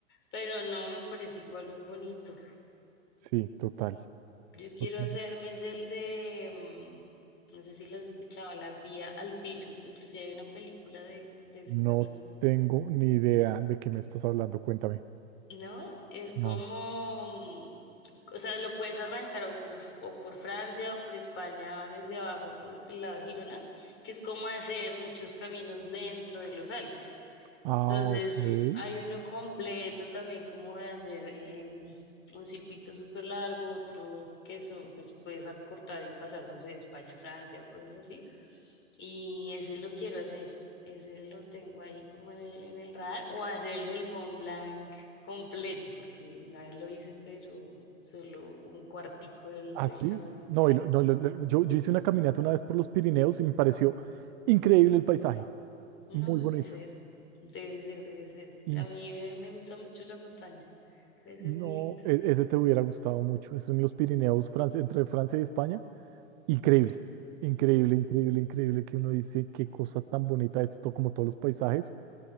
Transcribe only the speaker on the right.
Sí, total,
total.
No
tengo ni idea de qué me estás hablando, cuéntame.
No.
Ah,
ok.
Ah,
sí.
No, y lo- no, lo- lo- yo, yo hice una caminata una vez por los Pirineos y me pareció increíble el paisaje,
muy
bonito.
Y
no,
e- ese te hubiera gustado mucho. Es en los Pirineos, Francia, entre Francia y España. Increíble, increíble, increíble, increíble que uno dice qué cosa tan bonita esto, como todos los paisajes.